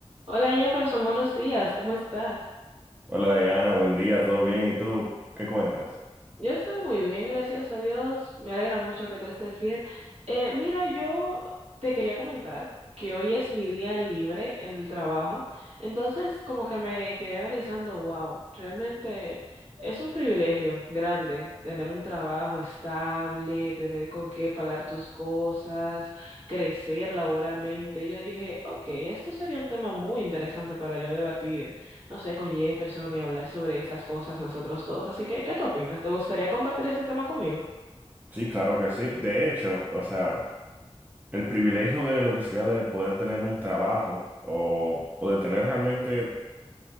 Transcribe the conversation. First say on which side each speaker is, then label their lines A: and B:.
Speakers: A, on the right; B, on the right.
A: Hola Jefferson, buenos días, ¿cómo estás?
B: Hola Diana, buen día, ¿todo bien? ¿Y tú qué cuentas?
A: Yo estoy muy bien, gracias a Dios. Me alegra mucho que tú estés bien. Eh, mira, yo te quería comentar que hoy es mi día libre en el trabajo, entonces como que me quedé analizando, wow, realmente es un privilegio grande tener un trabajo estable, tener con qué pagar tus cosas, crecer laboralmente. Yo dije, ok, esto sería un tema muy interesante para yo debatir no sé, con Jefferson y hablar sobre estas cosas nosotros dos. Así que, ¿qué tú opinas? ¿Te gustaría compartir este tema conmigo?
B: Sí, claro que sí. De hecho, o sea, el privilegio de lo que sería de poder tener un trabajo o, o de tener realmente